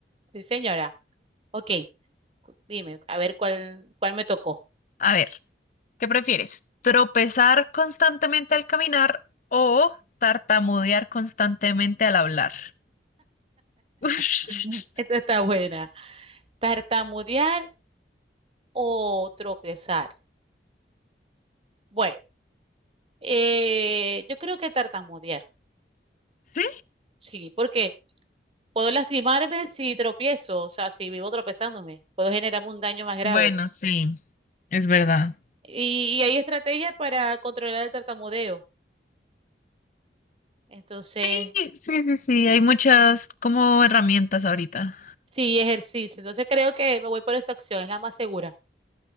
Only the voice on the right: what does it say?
Sí, señora. Ok, cu- dime, a ver cuál, cuál me tocó.
<laughs> Esta está buena. ¿Tartamudear o tropezar? Bueno, eh, yo creo que tartamudear.
Sí, porque puedo lastimarme si tropiezo, o sea, si vivo tropezándome, puedo generarme un daño más grave.
Y, y hay estrategias para controlar el tartamudeo. Entonces,
sí, ejercicio. Entonces creo que me voy por esa opción, es la más segura.